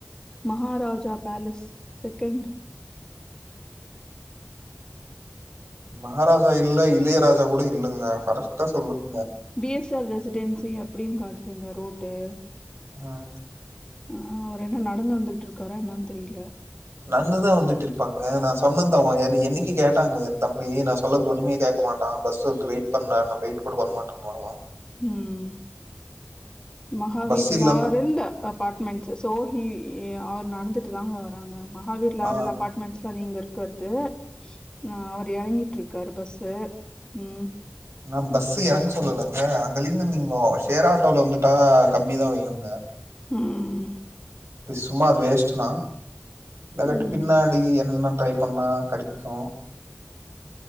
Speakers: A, on the left (about 20°); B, on the right (about 70°).
A: மகாராஜா பேலஸ் செகண்ட்
B: மகாராஜா இல்ல இளையராஜா கூட இல்லங்க கரக்ட்டா சொல்லுங்க
A: பி எஸ் ஆர் ரெசிடென்சி அப்படின்னு காட்டுது ங்க ருட்டு
B: ஆஹ்
A: ஆஹ் அவர் என்ன நடந்து வந்துகிட்டு இருக்காரா என்னன்னு தெரியல
B: நடந்துதான் வந்துட்டு இருப்பாங்க நான் சொன்னதான் என் என்னைக்கு கேட்டாங்க என் தம்பி நான் சொல்லது ஒண்ணுமை கேட்க மாட்டான் பஸ் வரும் வெயிட் பண்ணா நா வெயிட் கூட பண்ணமாட்டேனுவான்
A: உம் மகாவீர்
B: பஸ் இல்லன்னா
A: லாரல் அப்பார்ட்மெண்ட்ஸ் சோ ஹி அவர் நடந்துட்டு தாங்க வராங்க அது லாரல்
B: ஆ
A: அப்பார்ட்மெண்ட்ஸ் இப்போ நீங்க இருக்கற்து ஆஹ் அவர் இறங்கிட்டு இருக்காரு பஸு உம்
B: நான் பஸ் இறங்க சொல்லலங்க அங்கல இருந்து நீங்க ஷேர் ஆட்டோல வந்துட்டா கம்மிதான் வையும்ங்க
A: ம்
B: சும்மா அது வேஸ்ட் தான் லகட்டு
A: ம்
B: பின்னாடி என்ன ட்ரை பண்ணா கெடைக்கும்